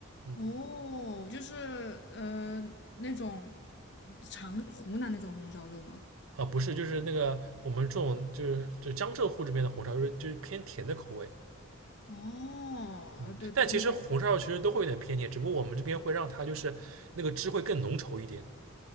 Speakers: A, on the right (about 85°); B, on the left (about 55°).
A: 嗯。
B: 哦，就是呃那种长湖南那种红烧肉吗？
A: 啊，不是，就是那个我们这种就是就江浙沪这边的红烧，肉，就是偏甜的口味。
B: 哦，
A: 嗯，
B: 对对，
A: 但其实红烧肉其实都会有点偏甜，
B: 那边
A: 只不过我们这边会让它就是那个汁会更浓稠一点，